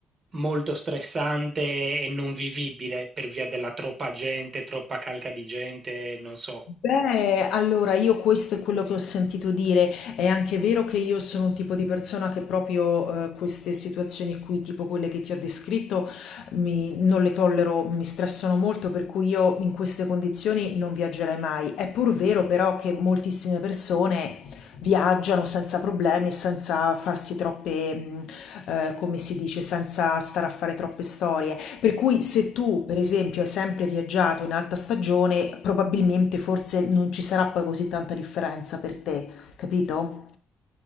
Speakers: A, on the right; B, on the left.
A: molto stressante e non vivibile per via della troppa gente, troppa calca di gente, non so.
B: Beh, allora io questo è quello che ho sentito dire. È anche vero che io sono un tipo di persona che proprio eh, queste situazioni qui, tipo quelle che ti ho descritto, mi- non le tollero, mi stressano molto, per cui io in queste condizioni non viaggerei mai. È pur vero però che moltissime persone viaggiano senza problemi e senza farsi troppe, mh, eh, come si dice, senza stare a fare troppe storie. Per cui se tu, per esempio, hai sempre viaggiato in alta stagione, probabilmente forse non ci sarà poi così tanta differenza per te, capito?